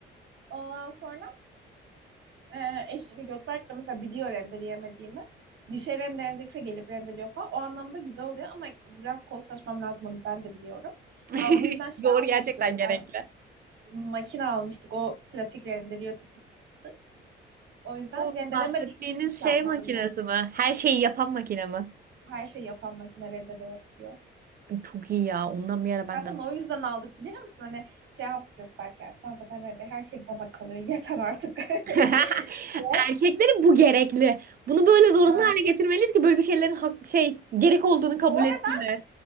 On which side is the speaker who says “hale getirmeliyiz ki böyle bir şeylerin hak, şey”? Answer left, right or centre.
Right